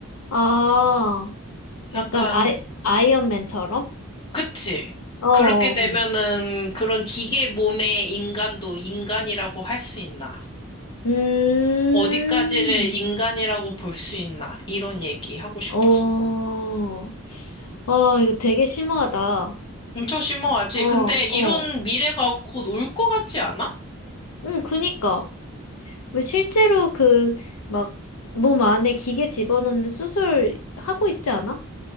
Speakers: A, on the left; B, on the left.
A: 아, 약간
B: 약간,
A: 아이, 아이언맨처럼?
B: 그치?
A: 어, 어,
B: 그렇게
A: 어.
B: 되면은 그런 기계 몸의 인간도 인간이라고 할 수 있나?
A: 음,
B: 어디까지를 인간이라고 볼 수 있나? 이런 얘기 하고 싶어서.
A: 어, 아, 이거 되게 심하다. 어,
B: 엄청 심오하지?
A: 어.
B: 근데 이런 미래가 곧 올 것 같지 않아?
A: 응, 그니까. 왜 실제로 그, 막, 몸 안에 기계 집어넣는 수술 하고 있지 않아?